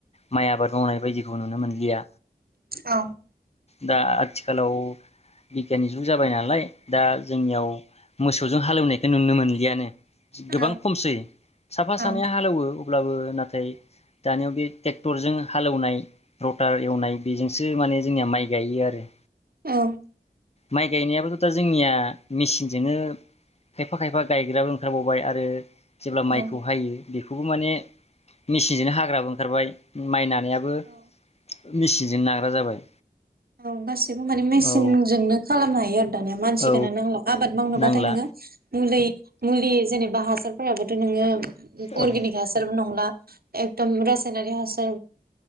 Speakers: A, on the left; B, on the right.
A: माइ आबाद मावनाय बायदिखौ नुनो मोनलिया
B: औ
A: दा आथिखालाव बिगियाननि जुग जाबाय नालाय दा जोंनियाव मोसौजों हालेवनायखौ नुनो मोनलियानो गोबां
B: औ
A: खमसै साफा
B: औ
A: सानैया हालेवो अब्लाबो नाथाय दानियाव बे ट्रेक्टरजों हालेवनाय रटार एवनाय बेजोंसो माने जोंनिया माइ गायो आरो
B: औ।
A: माइ गायनायाबोथ' दा जोंनिया मेसिनजोंनो खायफा खायफा गायग्राबो ओंखारबावबाय आरो। जेब्ला
B: औ
A: माइखौ हायो। बेखौबो माने मेचिनजोंनो हाग्राबो ओंखारबाय माइना बेआबो
B: औ
A: मेचनजों नाग्रा जाबाय
B: औ बास गसिबो माने मेसिनजोंनो
A: औ
B: खालामनो हायो आरो दानिया मानसिखौनो
A: औ
B: नांला आबाद मावनोबाथाय
A: नांला
B: नोङो मुलि मुलि जेनेबा हासारफोराबोथ' नोङो
A: औ
B: अर्गेनिक हासारबो नंला एकदम रासायनारि हासार